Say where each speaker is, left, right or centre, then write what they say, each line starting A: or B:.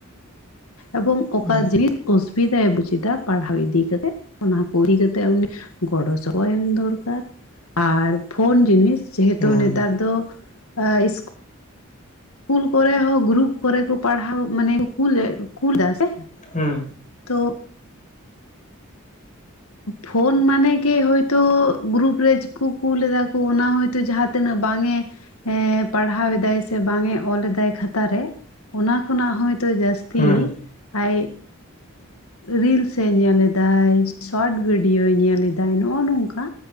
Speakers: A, on the left; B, on the left.
A: ᱮᱵᱚᱝ ᱚᱠᱟ
B: ᱦᱩᱸ
A: ᱡᱤᱱᱤᱥ ᱚᱥᱩᱵᱤᱫᱷᱟᱭ ᱵᱩᱡ ᱮᱫᱟ ᱯᱟᱲᱦᱟᱣ ᱤᱫᱤ ᱠᱟᱛᱮᱫ ᱚᱱᱟ ᱠᱚ ᱤᱫᱤ ᱠᱟᱛᱮᱫ ᱩᱱᱤ ᱜᱚᱲᱚ ᱥᱚᱦᱚᱫ ᱮᱢ ᱫᱚᱨᱠᱟᱨ ᱟᱨ ᱯᱷᱳᱱ ᱡᱤᱱᱤᱥ ᱡᱮᱦᱮᱛᱩ
B: ᱦᱩᱸ
A: ᱱᱮᱛᱟᱨ ᱫᱚ ᱮ ᱤᱥ ᱠᱩᱞ ᱠᱚᱨᱮ ᱦᱚᱸ ᱜᱨᱩᱯ ᱠᱚᱨᱮ ᱠᱚ ᱯᱟᱲᱦᱟᱣ ᱢᱟᱱᱮ ᱠᱩᱞᱮ ᱠᱩᱞ ᱫᱟ ᱥᱮ
B: ᱦᱩᱸ
A: ᱛᱚ ᱯᱷᱳᱱ ᱢᱟᱱᱮ ᱜᱮ ᱦᱳᱭᱛᱳ ᱜᱨᱩᱯ ᱨᱮᱡᱠᱚ ᱠᱩᱞ ᱮᱫᱟ ᱠᱚ ᱚᱱᱟ ᱦᱳᱭᱛᱳ ᱡᱟᱦᱟᱸ ᱛᱤᱱᱟᱹᱜ ᱵᱟᱝ ᱮ ᱦᱮᱸ ᱯᱟᱲᱦᱟᱣ ᱮᱫᱟᱭ ᱥᱮ ᱵᱟᱝ ᱮ ᱚᱞᱮᱫᱟᱭ ᱠᱷᱟᱛᱟᱨ ᱨᱮ ᱚᱱᱟ ᱠᱷᱚᱱᱟᱜ ᱦᱚᱭᱛᱳ ᱡᱟᱹᱥᱛᱤ
B: ᱦᱩᱸ
A: ᱟᱡ ᱨᱤᱞᱥ ᱮ ᱧᱮᱞ ᱮᱫᱟᱭ᱾ ᱥᱚᱨᱚᱴ ᱵᱷᱤᱰᱭᱳ ᱧᱮᱞᱮᱫᱟᱭ ᱱᱚᱜᱚ ᱱᱚᱝᱠᱟ